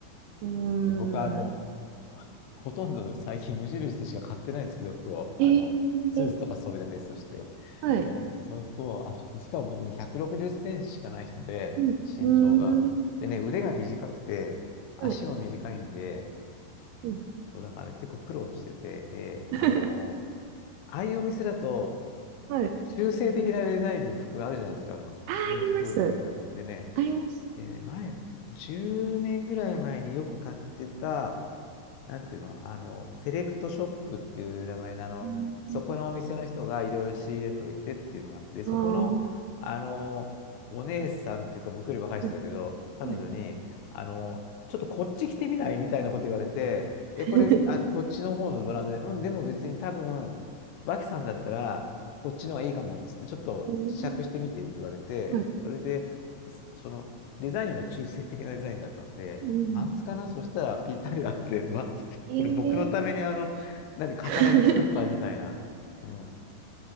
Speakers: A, on the right; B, on the left.
A: うーん。
B: で、僕はあの、<laughs> ほとんど最近無印でしか買ってないんですけど、服を。あの、
A: えー、
B: スーツとかそういうのは別として。
A: え、はい。
B: うん、そうすると、あ、しかも僕ね、160センチしかない人で、
A: うん。
B: 身長が。
A: うーん。
B: でね、腕が短くて、足も短いんで、
A: はい。うん。
B: そうだから結構苦労してて、で、
A: <laughs>
B: あの、ああいうお店だと、
A: はい。
B: 中性的なデザインの服があるじゃないですか、あの、
A: あー、あります。
B: 人服売り場でね。
A: あります。
B: で、前、10年ぐらい前によく買ってた、なんていうの、あの、セレクトショップっていう名前の、あの、
A: うー
B: そこのお店の人がいろいろ仕入れといてっていうのがあって、
A: ん。
B: そこの、
A: ああ。
B: あの、お姉さんっていうか、僕より若い人だけど、
A: うん。
B: 彼女に、
A: はい。
B: あの、ちょっとこっち来てみないみたいなこと言われて、
A: <laughs>
B: え、これ、あ、こっちの方のブランドで、うん、でも別に多分、脇さんだったら、こっちの方がいいかもっつって、ちょっと試着してみてって言われて、
A: うーん。はい。
B: それで、そその、デザインは中性的なデザインだったんで、
A: うん。
B: パンツかなそしたらぴったりあって、<laughs> わっつって、
A: えー。
B: これ僕のためにあの、何、型紙作ったみたいな。
A: <laughs>
B: うん。